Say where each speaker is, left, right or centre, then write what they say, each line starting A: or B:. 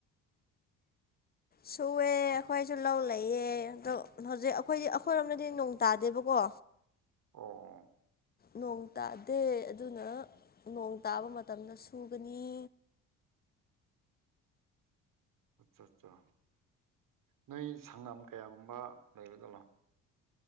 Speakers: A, on the left (about 25°); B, on the right (about 65°).
A: ꯁꯨꯑꯦ ꯑꯩꯈꯣꯏꯁꯨ ꯂꯧ ꯂꯩꯌꯦꯦ ꯑꯗꯣ ꯍꯧꯖꯤꯛ ꯑꯩꯈꯣꯏꯗꯤ ꯑꯩꯈꯣꯏꯔꯣꯝꯗꯗꯤ ꯅꯣꯡ ꯇꯥꯗꯦꯕꯀꯣ
B: ꯑꯣ
A: ꯅꯣꯡ ꯇꯥꯗꯦ ꯑꯗꯨꯅ ꯅꯣꯡ ꯇꯥꯕ ꯃꯇꯝꯗ ꯁꯨꯒꯅꯤ
B: ꯑꯆꯥ ꯑꯠꯆꯥ ꯅꯣꯏ ꯁꯪꯒꯝ ꯀꯌꯥꯒꯨꯝꯕ ꯂꯩꯒꯗꯅꯣ